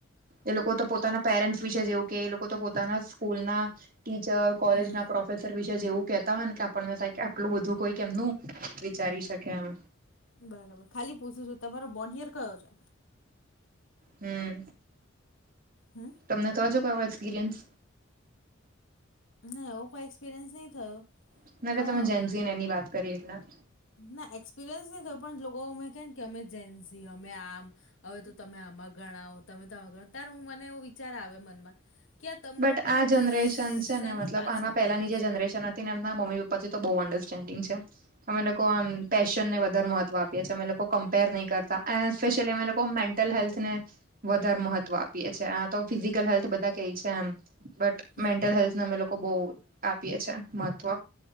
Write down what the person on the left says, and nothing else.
હમ
બરાબર ખાલી પૂછું છું તમારો બોંડિયર કયો છે?
હમ
ના એવું કોઈ એક્સપિરિયન્સ નહી થયો
પણ
ના એક્સપિરિયન્સ નહી થયો પણ લોકો અમે કે કે અમે જેન્સી અમે આમ અવે તો તમે આમાં ગણાવ તમે તો ગણ ત્યારે હું મને એવ વિચાર આવે મનમાં કે આ તમે
લોકો
શેની
પાછળ
પડો
છો
હમ